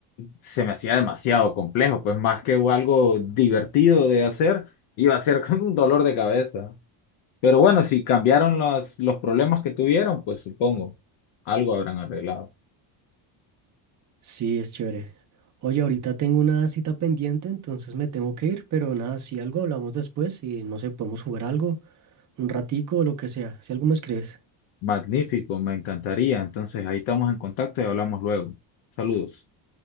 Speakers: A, on the left (about 70°); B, on the right (about 35°).
A: se me hacía demasiado complejo, pues más que algo divertido de hacer, iba a ser <laughs> como un dolor de cabeza. Pero bueno, si cambiaron los, los problemas que tuvieron, pues supongo, algo habrán arreglado.
B: Sí, es chévere. Oye, ahorita tengo una cita pendiente, entonces me tengo que ir, pero nada, si algo hablamos después y no sé, podemos jugar algo, un ratico o lo que sea, si algo me escribes.
A: Magnífico, me encantaría. Entonces, ahí estamos en contacto y hablamos luego. Saludos.